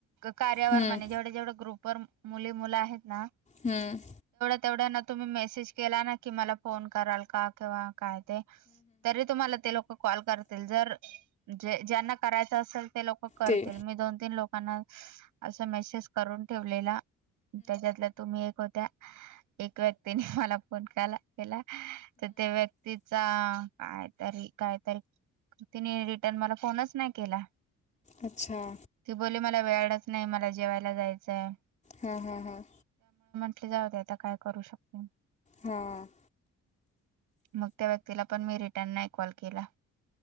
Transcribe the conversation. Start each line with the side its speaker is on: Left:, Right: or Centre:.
Right: कार्यावर
Left: हम्म,
Right: म्हणे जेवढे जेवढे ग्रुप व मुली मुलं आहेत ना
Left: हम्म
Right: तेवढ तुम्ही मेज केला क म फोन कराल का काय ते तुम्हाला ते लोक कॉल करतील जर ज्यांना करायच असेल ते लोक करतील
Left: ते
Right: मी दोन तीन लोकांना असं मेसेज करून ठेवलेला त्याच्यातल्या तुम्ही एक होत्या एक व्यक्तीने मला फोन केला केला. तर ते व्यक्तीचा काय? तरी कायतरी तिने रिटर्न मला फोनच नाही केला.
Left: अच्छा
Right: ती बोली मला वेळ च नाही मला जेवायला जायचंय.
Left: हम्म हम्म हम्.
Right: जाते आता काय करू शकते.
Left: हम.
Right: मग त्या व्यक्तीला पण मी रिटर्न नाही कॉल केला.